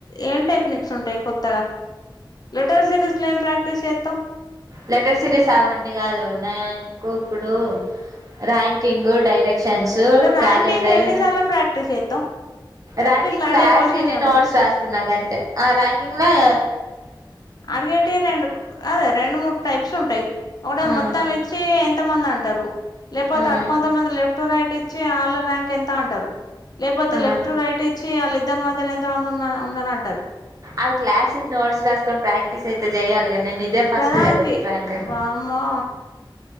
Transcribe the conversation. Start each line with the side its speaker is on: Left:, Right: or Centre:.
Left: ఏం టెక్నిక్స్ ఉంటాయి కొత్తగా లెటర్ సిరిస్ లో ఏం ప్రాక్టీస్ చేత్తవ్
Right: లెటర్ సిటీస్ అవన్నీ కాదు ఉన్నాయి ఆయనకు ఇప్పుడు ర్యాంకింగ్ డైరెక్ట్ షెన్సుూ
Left: గా ర్యాంకింగ్
Right: క్యాలెండర్
Left: ఎన్నిసార్లు ప్రాక్టీస్ చేత్తవ్
Right: ర్యాంకింగ్
Left: లో
Right: క్లాస్ని
Left: అడిగే క్వశ్చన్లు ఏమన్నా
Right: నోట్స్ రాసుకున్నా గంతే ర్యాంకింగ్ లోం
Left: అడిగేటివి రెండు అదే రెం రెండు మూడు టైప్స్ ఉంటాయి ఒకటి ఏమో
Right: ఆ
Left: మొత్తం ఇచ్చి ఎంత మంది అంటారు లేకపోతే
Right: ఆ
Left: అటు కొంతమంది లెఫ్ట్ రైట్ ఇచ్చి వాళ్ళ ర్యాంక్ ఎంత అంటారు లేకపోతే లెఫ్ట్
Right: ఆ
Left: టు రైట్ ఇచ్చి వాళ్ళ ఇద్దరు మధ్యలో ఎంతో మంది ఉన్న ఉన్నారూ అంటారు
Right: అవి క్లాస్ని నోట్స్ రాసుకొని ప్రాక్టీస్ అయితే చెయాలి కానీ నేను ఇదే ఫస్ట్
Left: గదానికి
Right: కదా ఫ్రాంక్
Left: వామ్మో